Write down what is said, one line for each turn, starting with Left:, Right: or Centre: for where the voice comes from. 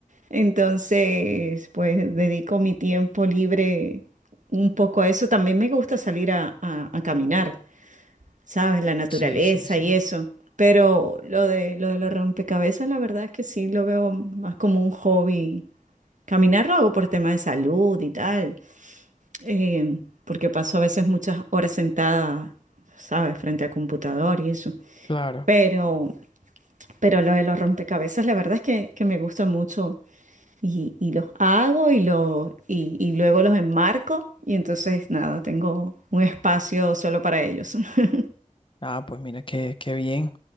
Right: Entonces, pues dedico mi tiempo libre un poco a eso. También me gusta salir a, a- a caminar, ¿sabes? La naturaleza
Left: Sí, sí, sí.
Right: y eso. Pero lo de, lo de los rompecabezas, la verdad es que sí lo veo más como un hobby. Caminar lo hago por temas de salud y tal, eh, porque paso a veces muchas horas sentada, ¿sabes? Frente al computador y eso.
Left: Claro.
Right: Pero pero lo de los rompecabezas, la verdad es que, que me gusta mucho. Y, y los hago y, lo, y, y luego los enmarco. Y entonces, nada, tengo un espacio solo para ellos. <laughs>
Left: Ah, pues mira, qué, qué bien.